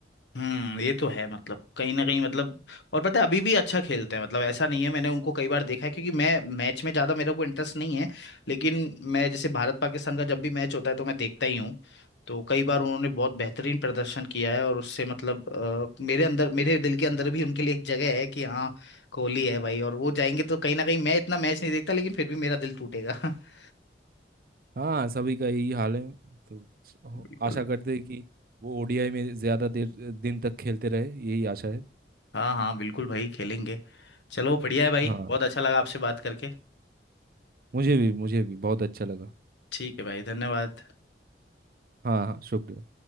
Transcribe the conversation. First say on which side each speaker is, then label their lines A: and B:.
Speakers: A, on the left (about 80°); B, on the right (about 55°).
A: हम्म ये तो है मतलब कहीं ना कहीं मतलब और पता है अभी भी अच्छा खेलते हैं मतलब ऐसा नहीं है मैंने उनको कई बार देखा है क्योंकि मैं मैच में ज्यादा मेरे को इंटरेस्ट नहीं है लेकिन मैं जैसे भारत पाकिस्तान का जब भी मैच होता है तो मैं देखता ही हूँ तो कई बार उन्होंने बहुत बेहतरीन प्रदर्शन किया है और उससे मतलब अ, मेरे अंदर मेरे दिल के अंदर भी उनके लिए एक जगह है कि हाँ कोहली है भाई और वो जाएंगे तो कहीं ना कहीं मैं इतना मैच नहीं देखता लेकिन फिर भी मेरा दिल टूटेगा <laughs>
B: हाँ सभी का यही हाल है तो हो-
A: बिल्कुल
B: आशा करते हैं कि वो ओडीआई में ज्यादा देर दिन तक खेलते रहे यही आशा है
A: हाँ हाँ बिल्कुल भाई खेलेंगे चलो बढ़िया है भाई
B: हाँ
A: बहुत अच्छा लगा आपसे बात करके
B: मुझे भी मुझे भी बहुत अच्छा लगा
A: ठीक है भाई धन्यवाद
B: हाँ हाँ शुक्रिया